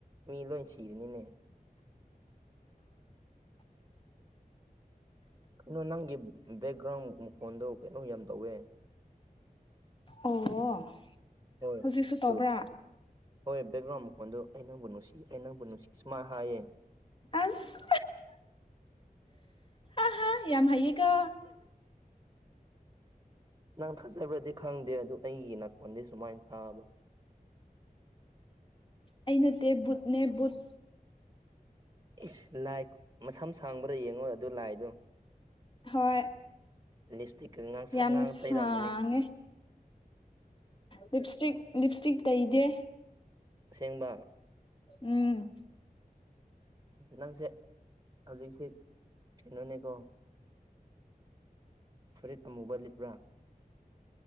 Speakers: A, on the right; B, on the left.
A: ꯃꯤ ꯂꯣꯏ ꯁꯤꯔꯅꯤꯅꯦ꯫ ꯀꯩꯅꯣ ꯅꯪꯒꯤ ꯕꯦꯛꯒ꯭ꯔꯥꯎꯟ ꯃꯈꯣꯟꯗꯣ ꯀꯩꯅꯣ ꯌꯥꯝ ꯇꯧꯋꯦ꯫
B: ꯑꯣ꯫
A: ꯍꯣꯏ
B: ꯍꯧꯖꯤꯛꯁꯨ ꯇꯧꯕ꯭ꯔꯥ
A: ꯇꯣ꯫ ꯍꯣꯏ ꯕꯦꯛꯒ꯭ꯔꯥꯎꯟ ꯃꯈꯣꯟꯗꯣ ꯑꯩ ꯅꯪꯕꯨ ꯅꯨꯡꯁꯤ ꯑꯩ ꯅꯪꯕꯨ ꯅꯨꯡꯁꯤ ꯁꯨꯃꯥꯏꯅ ꯍꯥꯏꯌꯦ꯫
B: ꯑꯁ꯫ ꯑꯍꯥ ꯌꯥꯝ ꯍꯥꯏꯩꯌꯦ ꯀꯣ꯫
A: ꯅꯪ ꯊꯥꯖꯕ꯭ꯔꯗꯤ ꯈꯪꯗꯦ ꯑꯗꯨ ꯑꯩꯒꯤ ꯅꯥꯀꯣꯟꯗꯤ ꯁꯨꯃꯥꯏꯅ ꯇꯥꯕ꯫
B: ꯑꯩ ꯅꯠꯇꯦ ꯕꯨꯠꯅꯦ ꯕꯨꯠ꯫
A: ꯏꯁ ꯂꯥꯏ ꯃꯁꯝ ꯁꯥꯡꯕ꯭ꯔꯥ ꯌꯦꯡꯉꯣ ꯑꯗꯨ ꯂꯥꯏꯗꯣ꯫
B: ꯍꯣꯏ
A: ꯂꯤꯞꯁꯇꯤꯛꯀ ꯉꯥꯡꯁꯪ
B: ꯌꯥꯝ
A: ꯉꯥꯡ ꯇꯩꯔꯝꯃꯅꯤ
B: ꯁꯥꯡꯉꯦ꯫ ꯂꯤꯞꯏꯁꯇꯤꯛ ꯂꯤꯞꯏꯁꯇꯤꯛ ꯇꯩꯗꯦ꯫
A: ꯑꯁꯦꯡꯕ꯫
B: ꯎꯝ꯫
A: ꯅꯪꯁꯦ ꯍꯧꯖꯤꯛꯁꯤ꯫ ꯀꯩꯅꯣꯅꯦꯀꯣ ꯐꯨꯔꯤꯠ ꯑꯃꯨꯕ ꯂꯤꯠꯄ꯭ꯔꯥ꯫